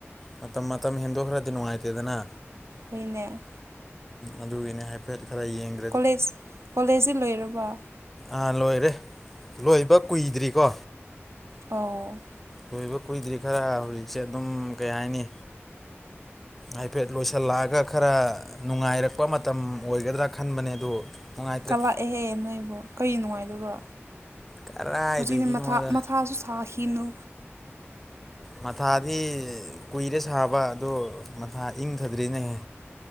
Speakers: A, in the centre; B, on the right.
A: ꯃꯇꯝ ꯃꯇꯝ ꯍꯦꯟꯗꯣꯛꯈ꯭ꯔꯗꯤ ꯅꯨꯡꯉꯥꯏꯇꯦꯗꯅ
B: ꯍꯣꯏꯅꯦ
A: ꯑꯗꯨꯒꯤꯅꯦ ꯍꯥꯏꯐꯦꯠ ꯈꯔ ꯌꯦꯡ
B: ꯀꯣꯂꯦꯖ ꯀꯣꯂꯦꯖꯗꯤ ꯂꯣꯏꯔꯕꯣ
A: ꯑꯥ ꯂꯣꯏꯔꯦ ꯂꯣꯏꯕ ꯀꯨꯏꯗ꯭ꯔꯤꯀꯣ
B: ꯑꯣ
A: ꯂꯣꯏꯕ ꯀꯨꯏꯗ꯭ꯔꯤ ꯈꯔ ꯍꯧꯖꯤꯛꯁꯦ ꯑꯗꯨꯝ ꯀꯩ ꯍꯥꯏꯅꯤ ꯍꯥꯏꯐꯦꯠ ꯂꯣꯏꯁꯤꯜꯂꯛꯑꯒ ꯈꯔ ꯅꯨꯡꯉꯥꯏꯔꯛꯄ ꯃꯇꯝ ꯑꯣꯏꯒꯗ꯭ꯔꯥ ꯈꯟꯕꯅꯦ ꯑꯗꯨ ꯅꯨꯡꯉꯥꯏꯇ꯭ꯔꯦ
B: ꯀꯥꯂꯛꯑꯦꯍꯦ ꯅꯣꯏꯕꯨ ꯀꯩ ꯅꯨꯡꯉꯥꯏꯗꯕ
A: ꯀꯔꯥꯏꯗꯒꯤꯅꯣꯗ
B: ꯍꯧꯖꯤꯛꯅ ꯃꯊꯥ ꯃꯊꯥꯁꯨ ꯐꯥꯈꯤꯅꯨ
A: ꯃꯊꯥꯗꯤ ꯀꯨꯏꯔꯦ ꯁꯥꯕ ꯑꯗꯣ ꯃꯊꯥ ꯏꯪꯊꯗ꯭ꯔꯤꯅꯦꯍꯦ